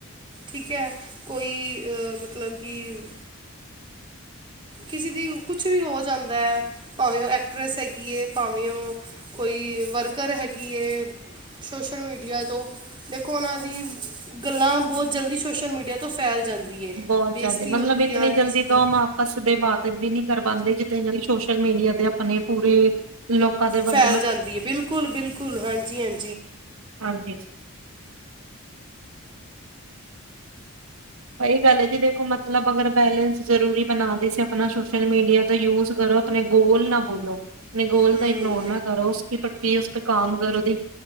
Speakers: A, on the right; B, on the right.
A: ਠੀਕ ਹੈ ਕੋਈ ਮਤਲਬ ਕਿ ਕਿਸੇ ਦੀ ਕੁਛ ਵੀ ਹੋ ਜਾਂਦਾ ਹੈ ਭਾਵੇਂ ਉਹ ਐਕਟਰ੍ਰੈਸ ਹੈਗੀ ਹੈ ਭਾਵੇਂ ਉਹ ਕੋਈ ਵਰਕਰ ਹੈਗੀ ਹੈ। ਸੋਸ਼ਲ ਮੀਡੀਆ ਤੋਂ ਦੇਖੋ ਉਹਨਾਂ ਦੀ ਗੱਲਾਂ ਬਹੁਤ ਜਲਦੀ ਸੋਸ਼ਲ ਮੀਡੀਆ ਤੋਂ ਫੈਲ ਜਾਂਦੀ ਏ
B: ਬਹੁਤ
A: ਬੇਇੱਜ਼ਤੀ
B: ਜਲਦੀ ਮਤਲਬ
A: ਹੁੰਦੀ
B: ਇਤਨੀ
A: ਹੈ ਹਰ
B: ਜਲਦੀ
A: ਕਿਸੇ ਦੀ
B: ਤਾਂ ਉਹ ਮਾਪਸ ਦੇ <unintelligible> ਵੀ ਨੀ ਕਰ ਪਾਉਂਦੇ। <unintelligible> ਸੋਸ਼ਲ ਮੀਡੀਆ ਦੇ ਆਪਣੇ ਪੂਰੇ ਲੋਕਾਂ ਦੇ ਵੰਡ
A: ਫੈਲ ਜਾਂਦੀ ਹੈ ਬਿਲਕੁਲ ਬਿਲਕੁਲ ਹਾਂਜੀ ਹਾਂਜੀ।
B: ਹਾਂਜੀ। ਸਹੀ ਗੱਲ ਹੈ ਜੀ ਦੇਖੋ ਮਤਲਬ ਅਗਰ ਬੈਲੰਸ ਜਰੂਰੀ ਬਣਾ ਦੇ ਸੀ ਆਪਣਾ ਸੋਸ਼ਲ ਮੀਡੀਆ ਦਾ ਯੂਜ ਆਪਣੇ ਗੋਲ ਨਾ ਬੋਲੋ ਆਪਣੇ ਗੋਲ
A: ਹੂੰ
B: ਦਾ ਇਗਨੋਰ ਨਾ ਕਰੋ ਉਸ। <unintelligible> ਕਾਮ ਕਰੋ ਦੀ